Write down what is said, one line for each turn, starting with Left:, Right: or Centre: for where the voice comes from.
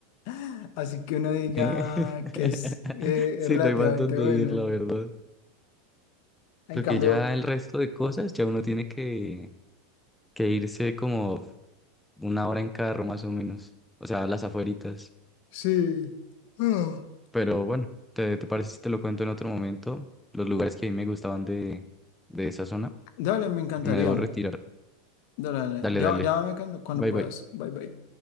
Left: <laughs> Así que uno diga
Centre: Eh, <laughs>
Left: que es eh,
Centre: Sí,
Left: relativamente
Centre: no hay más donde
Left: bueno.
Centre: ir, la verdad.
Left: En
Centre: Porque
Left: cambio,
Centre: ya el resto de cosas, ya uno tiene que, que irse como una hora en carro más o menos. O sea, las afueritas.
Left: sí. Ah.
Centre: Pero bueno, ¿te, te parece si te lo cuento en otro momento? Los lugares que a mí me gustaban de, de esa zona.
Left: Dale, me encantaría.
Centre: Porque me debo retirar.
Left: Dale, dale.
Centre: Dale,
Left: Ya,
Centre: dale.
Left: llámame cuando, cuando
Centre: Bye,
Left: puedas.
Centre: bye.
Left: Bye, bye.